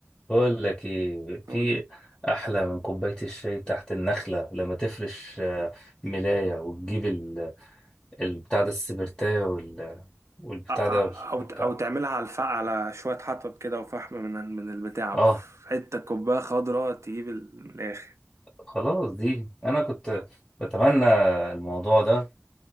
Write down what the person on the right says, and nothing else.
أو
أو
أو تعملها على الفحم على شوية حطب كده وفحم من من البتاع
في حتة كوباية خضراء تجيب ال- من الآخر